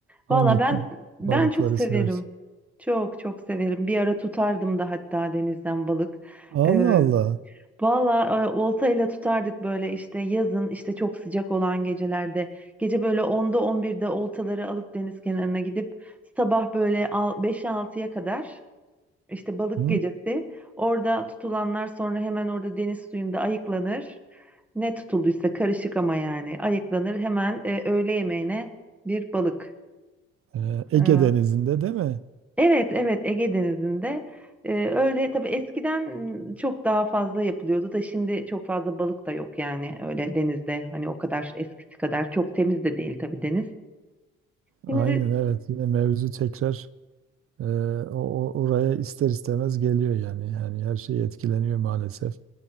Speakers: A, on the right; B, in the centre.
A: Hangi
B: Valla ben ben
A: balıkları
B: çok severim.
A: seversin?
B: Çok çok severim. Bir ara tutardım da hatta denizden balık.
A: Allah
B: Ee,
A: Allah.
B: valla e, oltayla tutardık böyle işte yazın işte çok sıcak olan gecelerde. Gece böyle 10'da 11'de oltaları alıp deniz kenarına gidip sabah böyle 5'e 6'ya kadar işte balık
A: Hı?
B: gecesi. Orada tutulanlar sonra hemen orada deniz suyunda ayıklanır. Ne tutulduysa karışık ama yani ayıklanır. Hemen e, öğle yemeğine bir balık.
A: Ee, Ege
B: Ee,
A: Denizi'nde değil mi?
B: Evet, evet Ege Denizi'nde. Ee, öyle tabii eskiden çok daha fazla yapılıyordu da şimdi çok fazla balık da yok yani öyle denizde hani o kadar eskisi kadar çok temiz de değil tabii deniz. Şimdi
A: Aynen evet. Yine mevzu tekrar e, o, o- oraya ister istemez geliyor yani. Yani her şey etkileniyor maalesef.